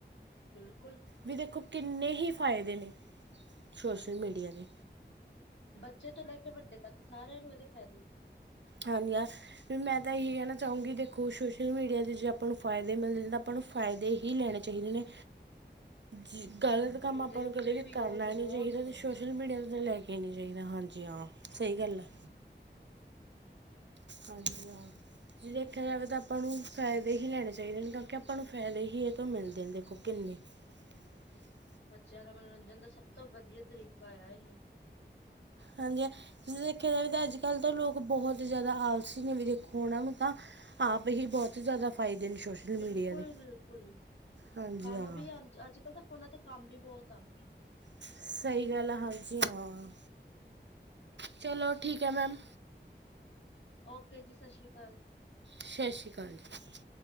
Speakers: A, on the left; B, on the right.
A: ਬਿਲਕੁਲ
B: ਵੀ ਦੇਖੋ ਕਿੰਨੇ ਹੀ ਫਾਇਦੇ ਨੇ ਸੋਸ਼ਲ ਮੀਡੀਆ ਦੇ
A: ਬੱਚੇ ਤੋਂ ਲੈ ਕੇ ਵੱਡੇ ਤੱਕ ਸਾਰਿਆਂ ਨੂੰ ਇਹਦੇ ਫਾਇਦੇ
B: ਹਾਂਜੀ ਯਾਰ ਮੈਂ ਤਾਂ ਇਹੀ ਕਹਿਣਾ ਚਾਹੂੰਗੀ ਦੇਖੋ ਸੋਸ਼ਲ ਮੀਡੀਆ ਦੇ ਜੇ ਆਪਾਂ ਨੂੰ ਫਾਇਦੇ ਮਿਲਦੇ ਤਾਂ ਆਪਾਂ ਫਾਇਦੇ ਹੀ ਲੈਣੇ ਚਾਹੀਦੇ ਨੇ ਜ ਗਲਤ
A: ਹਾਂਜੀ
B: ਕੰਮ
A: ਉਹਦੇ
B: ਆਪਾਂ ਨੂੰ ਕਦੇ
A: ਉਪਯੋਗ
B: ਵੀ ਕਰਨਾ ਨੀ
A: ਬਹੁਤ
B: ਚਾਹੀਦਾ
A: ਨੇ
B: ਤੇ ਸੋਸ਼ਲ ਮੀਡੀਆ ਲੈ ਕੇ ਨੀ ਚਾਹੀਦਾ ਹਾਂਜੀ ਜੀ ਹਾਂ
A: ਹਾਂਜੀ
B: ਸਹੀ ਗੱਲ ਹੈ ਹਾਂਜੀ ਹਾਂ ਜੇ ਦੇਖਿਆ ਜਾਵੇ ਤਾਂ ਆਪਾਂ ਨੂੰ ਫਾਇਦੇ ਹੀ ਲੈਣੇ ਚਾਹੀਦੇ ਨੇ ਕਿਉਂਕਿ ਆਪਾਂ ਨੂੰ ਫ਼ਾਇਦੇ ਹੀ ਇਹ ਤੋਂ ਮਿਲਦੇ ਨੇ ਦੇਖੋ ਕਿੰਨੇ ਅਲੀ <inaudible>
A: ਬੱਚਿਆਂ ਦਾ ਮਨੋਰੰਜਨ ਦਾ ਸਭ ਤੋਂ ਵਧੀਆ ਤਰੀਕਾ ਆ ਇਹ
B: ਹਾਂਜੀ ਹ ਜਂ ਦੇਖਿਆ ਜਾਵੇ ਤਾਂ ਅੱਜ ਕੱਲ੍ਹ ਤਾਂ ਲੋਕ ਬਹੁਤ ਜ਼ਿਆਦਾ ਆਪਸੀ ਨੇ ਵੀ ਦੇਖੋ ਉਹਨਾਂ ਨੂੰ ਤਾਂ ਆਪ ਹੀ ਬਹੁਤ ਹੀ ਜ਼ਿਆਦਾ ਫ਼ਾਇਦੇ ਨੇ ਸੋਸ਼ਲ
A: ਬਿਲਕੁਲ
B: ਮੀਡੀਆ ਦੇ
A: ਬਿਲਕੁਲ
B: ਹਾਂਜੀ
A: ਕੰਮ
B: ਹਾਂ
A: ਵੀ ਅ ਅੱਜ ਕੱਲ ਤਾਂ ਫੋਨਾ ਤੇ ਕੰਮ ਵੀ ਬਹੁਤ ਆ
B: ਸਹੀ ਗੱਲ ਆ ਹਾਂਜੀ ਹਾਂ ਚਲੋ ਠੀਕ ਹੈ ਮੈਮ
A: ਓਕੇ ਜੀ ਸਤਿ ਸ਼੍ਰੀ ਅਕਾਲ
B: ਸਤਿ ਸ਼੍ਰੀ ਅਕਾਲ ਜੀ